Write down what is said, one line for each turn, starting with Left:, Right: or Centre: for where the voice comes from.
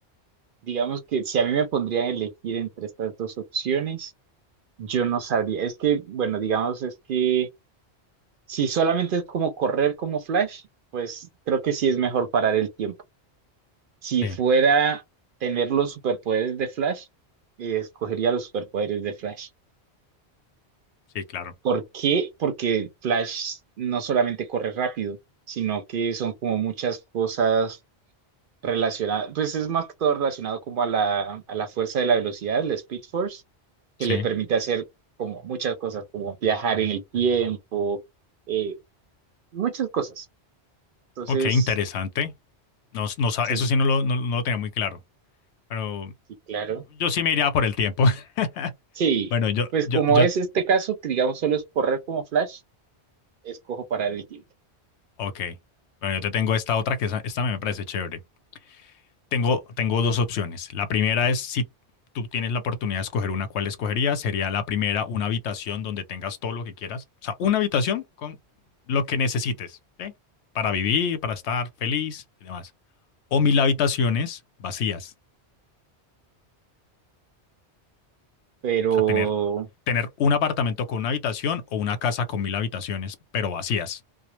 Right: digamos que si a mí me pondrían a elegir entre estas dos opciones, yo no sabría. Es que, bueno, digamos, es que si solamente es como correr como Flash, pues creo que sí es mejor parar el tiempo. Si
Left: Sí,
Right: fuera tener los superpoderes de Flash, eh, escogería los superpoderes de Flash.
Left: sí, claro.
Right: ¿Por qué? Porque Flash no solamente corre rápido, sino que son como muchas cosas relacionadas, pues es más que todo relacionado como a la, a la fuerza de la velocidad, la Speed Force, que
Left: Sí.
Right: le permite hacer como muchas cosas, como viajar en el tiempo, eh, muchas cosas. Entonces,
Left: Ok, interesante. No, no sa-
Right: sí,
Left: eso sí no lo, no- no lo tenía muy claro, pero
Right: sí, claro.
Left: yo sí me iría por el tiempo. <laughs>
Right: Sí,
Left: Bueno, yo,
Right: pues
Left: yo,
Right: como
Left: yo,
Right: es este caso, que digamos solo es correr como Flash, escojo parar el tiempo,
Left: ok. Bueno, yo te tengo esta otra que esa- esta me parece chévere. Tengo, tengo dos opciones. La primera es si tú tienes la oportunidad de escoger una, ¿cuál escogerías? Sería la primera, una habitación donde tengas todo lo que quieras. O sea, una habitación con lo que necesites, ¿sí? Para vivir, para estar feliz y demás. O mil habitaciones vacías.
Right: pero,
Left: O sea, tener, tener un apartamento con una habitación o una casa con mil habitaciones, pero vacías,